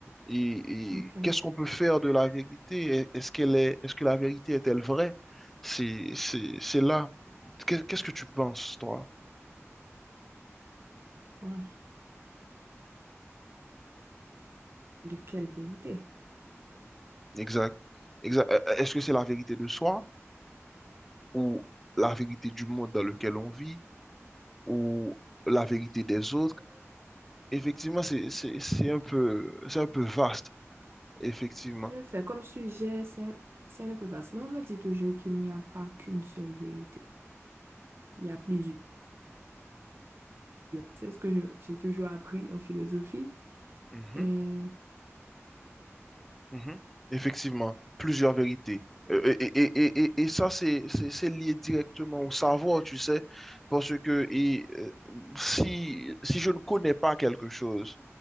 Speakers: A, in the centre; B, on the right.
A: et,
B: OK.
A: et qu'est-ce qu'on peut faire de la vérité? Est-ce qu'elle est, est-ce que la vérité est-elle vraie? C'est, c'est, c'est là. Qu'est- Qu'est-ce que tu penses, toi?
B: Bon, de quelle vérité?
A: Exact. Exact. Euh, Est-ce que c'est la vérité de soi? ou la vérité du monde dans lequel on vit, ou la vérité des autres. Effectivement, c'est, c'est, c'est un peu, c'est un peu vaste, effectivement.
B: En effet, comme sujet, c'est c'est un peu vaste, mais on me dit toujours qu'il n'y a pas qu'une seule vérité. Il y a plusieurs. C'est ce que je- j'ai toujours appris en philosophie.
A: Mhm,
B: Et,
A: mhm. Effectivement, plusieurs vérités. Euh, Et, et, et, et, et ça, c'est, c'est, c'est lié directement au savoir, tu sais, parce que et, euh, si, si je ne connais pas quelque chose,